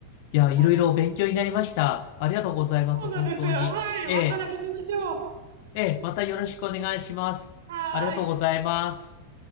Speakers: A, on the left; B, on the right.
A: いや、
B: ん。
A: いろいろ勉強になりました。
B: はい。
A: ありがとうございます、
B: そうなんですよ。
A: 本当に。
B: はい。
A: ええ、
B: また話しましょう。
A: ええ、またよろしくお願いします。
B: はーい。
A: ありがとうございます。